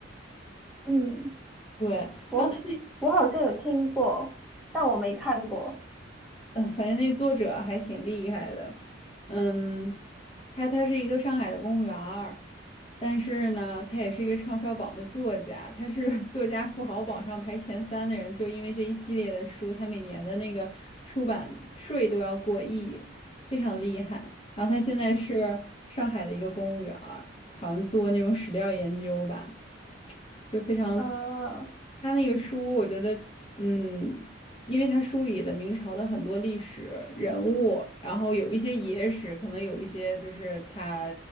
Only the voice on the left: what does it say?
对，
然后他
嗯，反正那作者还挺厉害的，嗯，他他是一个上海的公务员儿但是呢，他也是一个畅销榜的作家，他是 <laughs> 作家富豪榜上排前三的人，就因为这一系列的书，他每年的那个出版税都要过亿，非常厉害。然后他现在是上海的一个公务员儿好像做那种史料研究吧。就非常。
他那个书，我觉得，嗯，因为他梳理了明朝的很多历史人物，然后有一些野史，可能有一些就是他